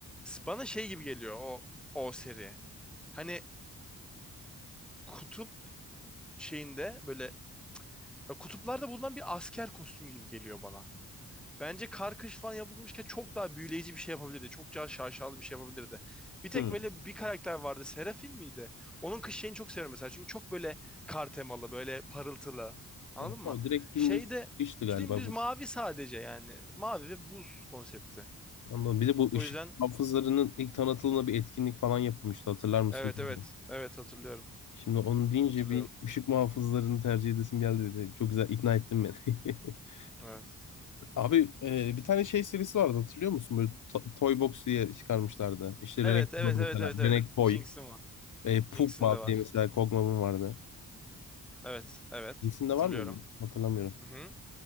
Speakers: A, in the centre; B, on the left.
A: bana şey gibi geliyor o o seri. Hani kutup şeyinde böyle ya kutuplarda bulunan bir asker kostümü gibi geliyor bana. Bence kar kış falan yapılmışken çok daha büyüleyici bir şey yapabilirdi. Çok daha şaşalı bir şey yapabilirdi. Bir tek
B: Hı.
A: böyle bir karakter vardı. Serafin miydi? Onun kış şeyini çok seviyorum mesela. Çünkü çok böyle kar temalı, böyle parıltılı. Anladın
B: Ha, O
A: mı?
B: direkt dümdüz
A: Şeyde
B: işti galiba
A: dümdüz
B: bu.
A: mavi sadece yani. Mavi ve buz konsepti.
B: Anladım. Bir de bu
A: O
B: ışık
A: yüzden
B: muhafızlarının ilk tanıtılığında bir etkinlik falan yapılmıştı. Hatırlar mısın
A: Evet
B: bilmiyorum.
A: evet. Evet hatırlıyorum.
B: Şimdi onu deyince
A: Hatırlıyorum.
B: bir ışık muhafızlarını tercih edesim geldi dedi. Çok güzel ikna ettin beni. <laughs>
A: Evet.
B: Abi e, bir tane şey serisi vardı hatırlıyor musun? Böyle to- Toy Box diye çıkarmışlardı. İşte
A: Evet
B: Renek
A: evet evet
B: mesela.
A: evet evet.
B: Renek
A: evet.
B: Toy.
A: Jinx'in var.
B: E,
A: Jinx'in
B: Pugma
A: de var.
B: diye mesela Kogma'nın vardı.
A: Evet evet.
B: İkisinde
A: Hatırlıyorum.
B: var mıydı? Hatırlamıyorum.
A: Hı hı.